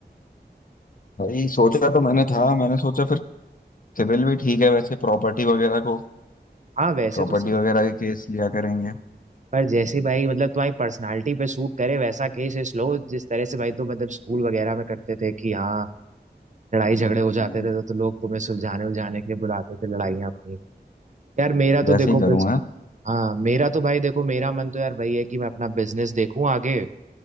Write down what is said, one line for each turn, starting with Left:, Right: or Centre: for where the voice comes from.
Left: वही सोचा तो मैंने था मैंने सोचा फिर सिविल भी ठीक है वैसे प्रॉपर्टी वगैरह को
Right: हाँ वैसे
Left: प्रॉपर्टी
Right: तो
Left: वगैरह के केस लिया करेंगे
Right: पर जैसे भाई मतलब तुम्हारी पर्सनालिटी पे सूट करे वैसा केस इस लो जिस तरह से भाई तो मतलब स्कूल वगैरह में करते थे कि हाँ लड़ाई झगड़े हो
Left: हम्म।
Right: जाते थे तो, तो लोग तुम्हें सुलझाने उलझाने के लिए बुलाते थे लड़ाइयाँ अपनी यार मेरा तो
Left: वैसे
Right: देखो
Left: ही करूँ
Right: बस
Left: है
Right: हाँ मेरा तो भाई देखो मेरा मन तो यार वही है कि मैं अपना बिजनेस देखूं आगे